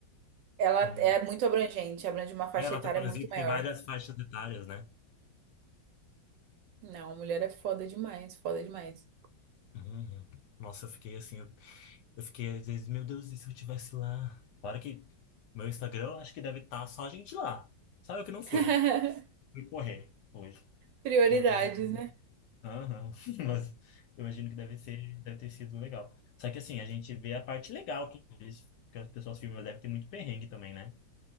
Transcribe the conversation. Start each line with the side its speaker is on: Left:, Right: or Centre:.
Right: Ela
Left: um...
Right: é muito abrangente, abrange uma faixa
Left: é, Ela
Right: etária
Left: transita
Right: muito maior.
Left: em várias faixas etárias, né?
Right: Não, mulher é foda demais, foda demais.
Left: Uhum. uhum. Nossa, eu fiquei assim, eu, eu fiquei às vezes, meu Deus, e se eu estivesse lá? Claro que meu Instagram eu acho que deve estar só a gente lá. Sabe o que não foi?
Right: <laughs>
Left: Fui correr hoje.
Right: Prioridades,
Left: Mas é.
Right: né?
Left: Aham, <laughs> Mas eu imagino que deve ser, deve ter sido legal. Só que assim, a gente vê a parte legal que, eles- que as pessoas filmam, mas deve ter muito perrengue também, né?